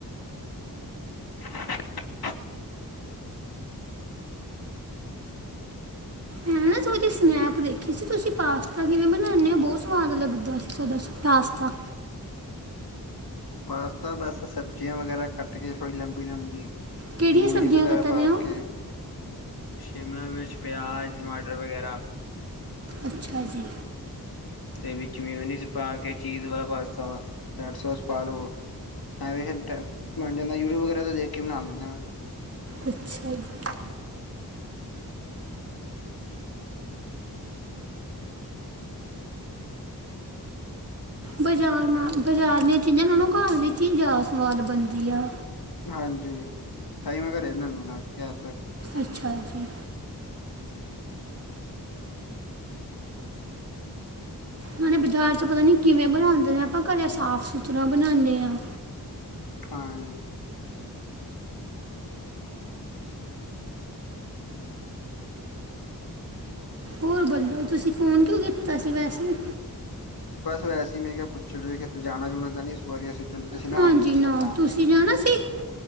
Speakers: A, on the left; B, on the right.
A: <inaudible>
B: ਮੈਂ ਨਾ ਤੁਹਾਡੀ ਸਨੈਪ ਦੇਖੀ ਸੀ, ਤੁਸੀਂ ਪਾਸਤਾ ਕਿਵੇਂ ਬਣਾਉਂਦੇ ਹੋ, ਬਹੁਤ ਸਵਾਦ ਲੱਗਦਾ ਸੀ ਤੁਹਾਡਾ ਪਾਸਤਾ।
A: ਪਾਸਤਾ ਬਸ ਸਬਜ਼ੀਆਂ ਵਗੈਰਾ ਕੱਟ ਕੇ ਥੋੜੀ ਲੰਬੀ ਲੰਬੀ।
B: ਕਿਹੜੀਆਂ
A: ਮਿਯੂਨਿਸ
B: ਸਬਜ਼ੀਆਂ
A: ਵਗੈਰਾ
B: ਕੱਟਦੇ
A: ਪਾਕੇ
B: ਹੋ
A: ਸ਼ਿਮਲਾ ਮਿਰਚ, ਪਿਆਜ਼, ਟਮਾਟਰ ਵਗੈਰਾ
B: ਅੱਛਾ ਜੀ
A: ਤੇ ਵਿੱਚ ਮਿਊਨੀਜ਼ ਪਾ ਕੇ ਚੀਜ਼ ਵਾਲਾ ਪਾਸਤਾ ਰੈਡ ਸੋਸ ਪਾ ਲੋ <unintelligible> ਬਨ ਜਾਂਦਾ ਯੂਟਿਊਬ ਵਗੈਰਾ ਤੋਂ ਦੇਖ ਕੇ ਬਣਾ ਲੈਂਦਾ
B: ਅੱਛਾ ਜੀ। ਬਾਜ਼ਾਰ ਨਾਲ ਬਜ਼ਾਰ ਦੀਆਂ ਚੀਜ਼ਾਂ ਨਾਲੋਂ, ਘਰ ਦੀ ਚੀਜ਼ ਜ਼ਿਆਦਾ ਸਵਾਦ ਬਣਦੀ ਆ।
A: ਤੇ ਉਹ ਹਾਂਜੀ ਤਹਿ ਮੇ ਘਰੇ ਬਣਾਨਾ ਜ਼ਿਆਦਾ ਤਰ
B: ਅੱਛਾ ਜੀ। ਨਾਲੇ ਬਾਜ਼ਾਰ 'ਚ ਪਤਾ ਨੀ ਕਿਵੇਂ ਬਣਾਂਦੇ ਨੇ, ਆਪਾਂ ਘਰੇ ਸਾਫ਼ ਸੁਥਰਾ ਬਨਾਨੇ ਆ।
A: ਹਾਂ
B: ਹੋਰ ਬੋਲੋ ਤੁਸੀਂ ਫ਼ੋਨ ਕਿਉਂ ਕੀਤਾ ਸੀ ਵੈਸੇ
A: ਬਸ ਵੈਸੇ, ਮੈਂ ਕਿਹਾ ਪੁੱਛ, ਲਿਏ ਕਿਤੇ ਜਾਣਾ- ਜਾੁਣਾ ਤਾਂ ਨਹੀਂ। ਵਾਰੀ ਚੱਲਦੇ ਸੀ ਨਾ
B: ਹਾਂਜੀ
A: ਹੇਮਕੁੰਟ
B: ਨਾ
A: ਸਾਹਿਬ ਤਾਂ,
B: ਤੁਸੀਂ ਜਾਣਾ ਸੀ